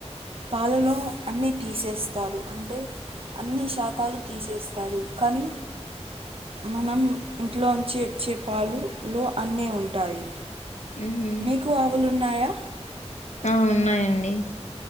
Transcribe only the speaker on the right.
పాలలో అన్నీ తీసేస్తారు అంటే అన్ని శాతాలు తీసేస్తారు కానీ మనం ఇంట్లోంచి వచ్చే పాలు లో అన్నీ ఉంటాయి
మీకు ఆవులున్నాయా